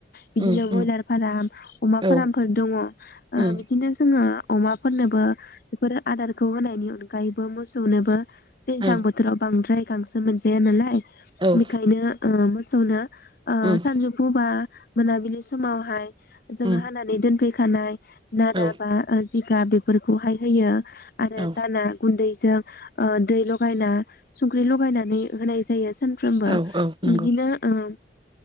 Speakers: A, on the left; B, on the right.
A: बिदिनो
B: उम
A: बयलार
B: उम
A: फाराम अमा
B: औ
A: फारामफोर दंङ ओ
B: उम
A: बिदिनो जोंङो अमाफोरनोबो बेफोरो आदारखौ होनायनि अनगायैबो मोसौनोबो दैज्लां
B: ओं
A: बोथोराव बांद्राय गांसो मोन गैया नालाय हाय
B: औ
A: बिखायनो ओ मोसौ खौनो ओ
B: उम
A: सानजोफु बा मोनाबिलि समावहाय जों
B: उम
A: हानानै दोनफै थानाय नारा
B: औ
A: बा ओ जिगाब बे फोरखौहाय होयो। आरो
B: औ
A: दाना गुन्दै जों ओ दै लगायना संख्रि लगायनानै होनाय जायोस सानफ्रोमबो
B: औ औ नंगौ
A: बिदिनो ओम